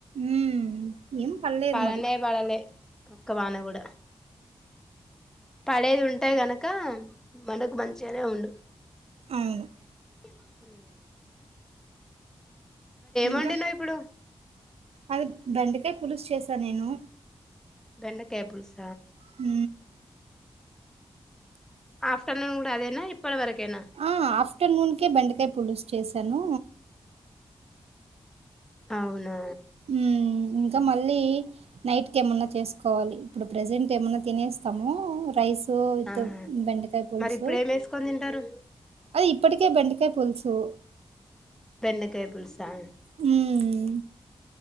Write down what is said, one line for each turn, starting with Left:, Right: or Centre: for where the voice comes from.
Right: ఉమ్ ఏం పల్ళలేరు
Centre: పడనే
Right: మారి
Centre: పడలే ఒక్క వాన కూడా పడేది ఉంటేయి గనక మనకు మంచిగానే ఉండు
Right: అవును
Centre: అ
Right: ఇకా
Centre: వండినావ్ ఇప్పుడు
Right: అది బండ అే పులుసు చేసా నేను
Centre: రండ కేబిల్స్
Right: హ
Centre: ఆఫ్టర్నూన్ కూడా అదేనా ఇప్పటి వరకేనా
Right: ఆ ఆఫ్టర్నూన్కే బెండకాయ పోులిస్ చేశాను
Centre: అవునా
Right: ఉ ఇంకా మళ్ళీ నైట్ క ఏమన్నా చేసుకోవాలి ఇప్పుడు ప్రెజెంట్ ఏమన్నా తినేస్తామో రైస్ విత్
Centre: ఆా
Right: బెండకాయ పులుసు
Centre: మరి ఇప్పుడు ఏం వేసుకొని తింటారు
Right: అది ఇప్పటికే బంటకే పులుసు
Centre: పెన్నకాయపుులుసా
Right: మ్మ్,